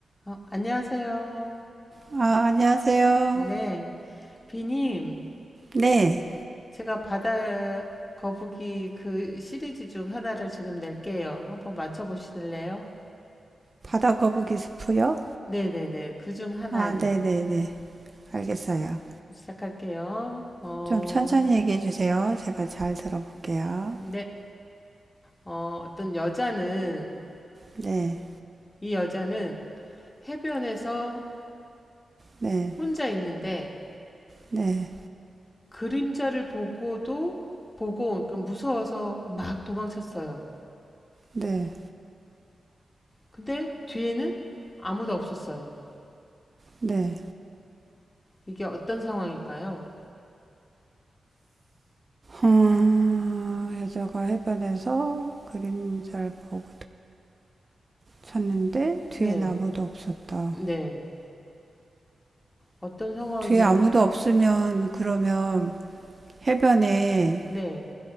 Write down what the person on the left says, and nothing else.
어, 안녕하세요.
네, 비님,
제가 바다 거북이 그 시리즈 중 하나를 지금 낼게요. 한번 맞춰보실래요?
네네네, 그 중 하나
시작할게요. 어,
네, 어, 어떤 여자는,
이 여자는 해변에서
혼자 있는데
그림자를 보고도 보고, 그러니까 무서워서 막 도망쳤어요.
근데 뒤에는 아무도 없었어요.
이게 어떤 상황일까요?
네,
네. 어떤 상황에,
네,